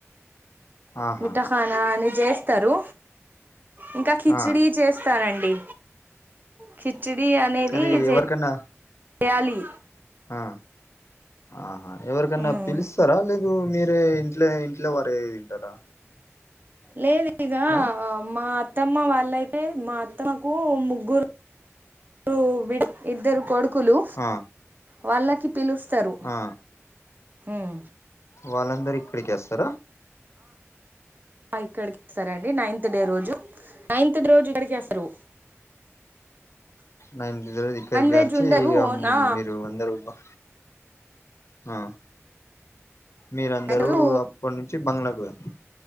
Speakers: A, on the left; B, on the right.
A: ఆహా
B: మిఠాఖానా అని చేస్తారు ఇంకా కిచడి
A: ఆ
B: చేస్త రండి కిచిడి అనేది
A: అది
B: చేయాలి
A: ఎవరికన్నా ఆ ఆహా ఎవరికన్నా
B: ఉమ్,
A: పిలుస్తారా లేదు మీరే లేదా ఇంట్లో వరే తింటారా
B: లేదు ఇక
A: ఆ
B: మా అత్తమ్మ వాళ్ళయితే, మా అత్తమ్మకు ముగ్గురు <unintelligible> ఇద్దరు కొడు కులు
A: ఆ
B: వాళ్ళకి పిలుస్తారు
A: ఆ
B: ఉమ్.
A: వాళ్ళందరు ఇక్కడికే అస్తారా.
B: ఆ ఇక్కడికే అస్తారండి నైన్త్ డే రోజు, నైన్త్ <unintelligible> రోజు ఇక్కడికే అస్తారు.
A: నైన్త్ రోజు ఇక్కడికి
B: వెజ్
A: అచ్చి
B: ఉండదు
A: ఇగ
B: ఓనా
A: ఉమ్ మీరు అందరు బా ఆ మీరందరూ
B: ఉండదు
A: అప్పటి నుంచి బంగ్లాకు పోయిరు